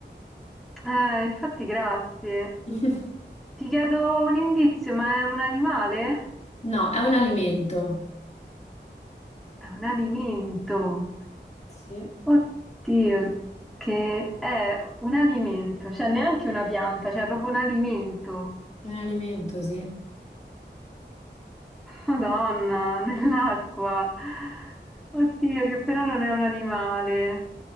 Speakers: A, in the centre; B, on the left.
A: Eh, infatti grazie.
B: <laughs>
A: Ti chiedo un indizio, ma è un animale?
B: No, è un alimento.
A: È un alimento.
B: Sì.
A: Oddio, che è un alimento, cioè neanche una pianta, cioè proprio un alimento.
B: È un alimento, sì.
A: Madonna, <laughs> nell'acqua. Oddio, che però non è un animale.